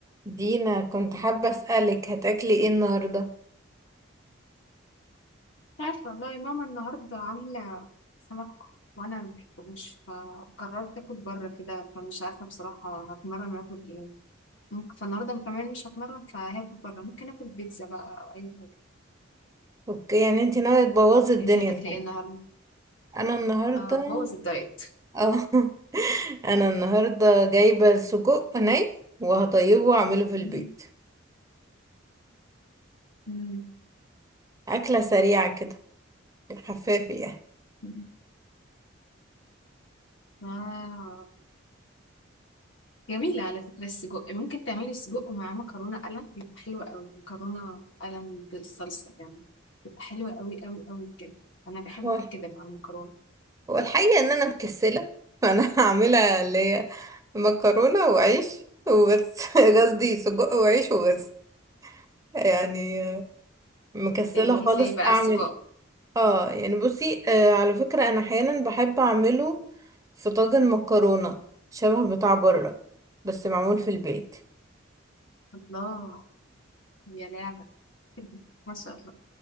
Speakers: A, on the right (about 15°); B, on the left (about 70°).
A: دينا كنت حابة أسألك هتاكلي ايه النهاردة
B: عارفة والله ماما النهاردة عاملة سمك وأنا مبحبوش فقررت أكل بره كده فمش عارفة بصراحة هتمرن أكل إيه ممكن فالنهاردة كمان مش هتمرن فهاكل بره ممكن أكل بيتزا بقى أو أي حاجة
A: اوكي يعني انتي ناوية تبوظي الدنيا
B: أنتي هتاكلي
A: النهاردة
B: إيه النهاردة؟
A: انا النهاردة
B: آه بوظ الدايت
A: اه <laughs> انا النهاردة جايبة سجق ني وهطيبه واعمله في البيت
B: <laughs> مم.
A: أكلة سريعة كده خفافة يعني
B: مم. آه جميلة على فكرة السجق ممكن تعملي سجق مع مكرونة قلم بيبقى حلو أوي مكرونة قلم بالصلصة يعني بتبقى حلوة أوي أوي أوي بجد أنا بحب
A: هو
B: كده مع المكرونة
A: هو الحقيقة ان انا مكسلة فانا <laughs> هعملها اللي هي مكرونة وعيش وبس <laughs> قصدي سجق وعيش وبس يعني مكسلة
B: بتعمليه
A: خالص
B: ازاي بقى
A: اعمل
B: السجق
A: اه يعني بصي آه على فكرة انا احيانا بحب اعمله في طاجن مكرونة شبه بتاع بره بس معمول في البيت
B: الله يا لعبة <laughs> ما شاء الله